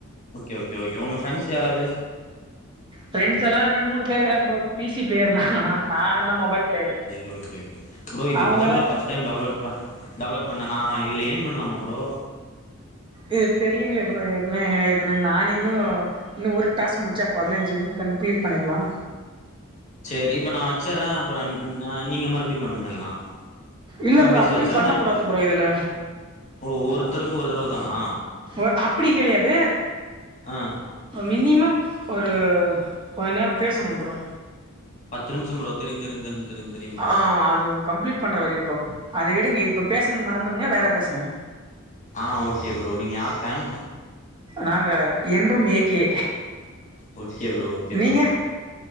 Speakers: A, on the left; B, on the right.
A: ஓகே ஓகே ஓகே உங்க ஃப்ரெண்ஸ் யாராவது
B: ஃப்ரெண்ட்ஸ் எல்லா ரெண்டு மூணு பேக்குறாங்க ப்ரோ பி சி ப்ளேயர் தா நா என்ன மொபைல் பிளேயரு
A: செரி ஓகே ப்ரோ ப்ரோ இது இப்பதா
B: அவங்கெல்லா
A: ப்ரோ ஃபர்ஸ்ட் டைம் டவுன்லோட் டவுன்லோட் பண்ணணா இதுல ஏர்ன் பண்ணலாமா ப்ரோ
B: இது தெரியலீங்களா எவ்ளோ எப்வுமே இதுன்னு நானு இன்னு இன்னு ஒரு டாஸ்க் முடிச்சா பதினெஞ்சு கம்ப்ளீட் பண்ணிடலா
A: செரி இப்ப நா வச்சறே அப்றோ நீங்க மறுபடியு பண்ணுங்க இல்லனா
B: இல்ல
A: நா
B: ப்ரோ
A: பேசி
B: அப்டி
A: வச்சா
B: பண்ணக்கூடாது
A: மறுபடி
B: ப்ரோ இதுல
A: ஓ ஒருத்தருக்கு ஒரு தடவ தானா
B: ஒ அப்புடி கெடையாது
A: ஆ
B: மினிமம் ஒரு கொஞ்ச நேரோ பேசணு ப்ரோ
A: பத்து நிம்ஷோ ப்ரோ தெரியு தெரிந் தெரி தெரி தெரியு ப்ரோ
B: ஆ அது கம்ப்ளீட் பண்ற வரயு ப்ரோ அத விடுங்க இப்போ பேசுனத மறந்துடுங்க வேற பேசுங்க
A: ஆ ஓகே ப்ரோ நீங்க யாரு ஃபேன்
B: நாங்க என்றும் A K
A: okay bro okay bro
B: நீங்க